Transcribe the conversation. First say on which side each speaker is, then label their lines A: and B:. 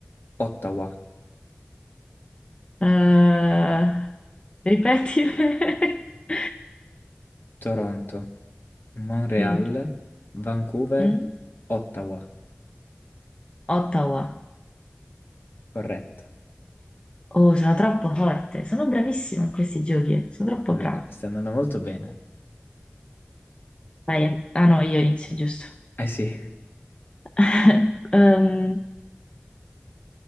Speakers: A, on the left; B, on the left.
A: Ottawa.
B: Eh, ripetile. <laughs>
A: Toronto, Montreal,
B: Mm.
A: Vancouver,
B: Mm?
A: Ottawa.
B: Ottawa.
A: Corretto.
B: Oh, sono troppo forte, sono bravissima a questi giochi, sono troppo
A: È vero,
B: brava.
A: sta andando molto bene.
B: Vai, ah no, io inizio, giusto.
A: Eh sì.
B: <laughs> Ehm,